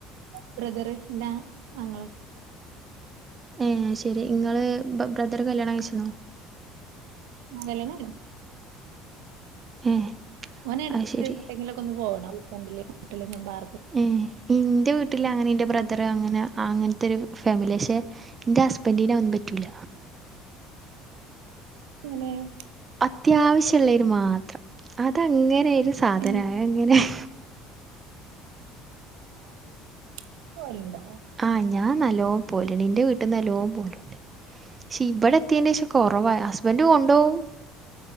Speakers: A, on the right; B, on the right.
A: ബ്രദറ് എൻ്റെ അ അങ്ങള
B: ഏ ശരി ഇങ്ങള് ബ്രദറ് കല്യാണം കഴിച്ചനോ?
A: കല്യാണം <unintelligible>
B: ഏ
A: ഓന് എടക്ക്
B: അത് ശരി
A: എങ്ങേട്ടെങ്കിലൊക്കെ ഒന്ന് പോണം. <unintelligible>
B: ഏ ഇന്റെ വീട്ടിലങ്ങനേൻ്റെ ബ്രദർ അങ്ങനാ. അങ്ങനത്തെ ഒരു ഫാമിലി യാ. പക്ഷെ എൻ്റെ ഹസ്ബൻഡിന് അതൊന്നും പറ്റൂല.
A: ഇങ്ങനേം
B: അത്യാവശ്യുള്ളര് മാത്രം. അതങ്ങനൊരു സാധനാ.
A: ഏ
B: ആ അങ്ങനെ <inaudible>
A: ഇപ്പവരണ്ട.
B: ആ ഞാൻ നല്ലോം പോല്ണ്ട്. എന്റെ വീട്ടിന്ന് നല്ലോം പോലുണ്ട് പക്ഷെ ഇവിടെ എത്തിയതിൻ്റേഷം കുറവാ. ഹസ്ബൻ്റ് കൊണ്ടുപോവും.